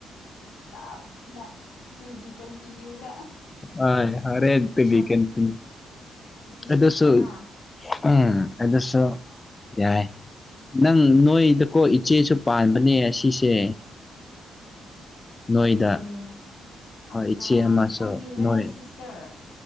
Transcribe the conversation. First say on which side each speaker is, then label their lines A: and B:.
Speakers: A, on the left (about 75°); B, on the left (about 30°).
A: ꯇꯞꯅꯥ ꯇꯨ ꯕꯤ ꯀꯟꯇꯤꯅ꯭ꯌꯨ ꯗꯥ
B: ꯑ ꯍꯣꯔꯦꯟ
A: ꯏꯄꯤꯁꯣꯠ
B: ꯇꯨꯕꯤ ꯀꯟꯇꯤꯅ꯭ꯌꯨ
A: ꯏꯄꯤꯁꯣꯠꯇꯥꯍꯥ
B: ꯑꯗꯨꯁꯨ ꯎꯝ ꯑꯗꯨꯁꯨ ꯌꯥꯏ ꯅꯪ ꯅꯣꯏꯗꯀꯣ ꯏꯆꯦꯁꯨ ꯄꯥꯟꯕꯅꯦ ꯑꯁꯤꯁꯦ
A: ꯅꯣꯏꯆꯦ
B: ꯅꯣꯏꯗꯥ ꯍꯣꯏ
A: ꯑꯠꯆꯥ
B: ꯏꯆꯦ ꯑꯃꯥꯁꯨ
A: ꯅꯪꯒꯤ ꯔꯦꯜ
B: ꯅꯣꯏ
A: ꯁꯤꯛꯁꯇꯔ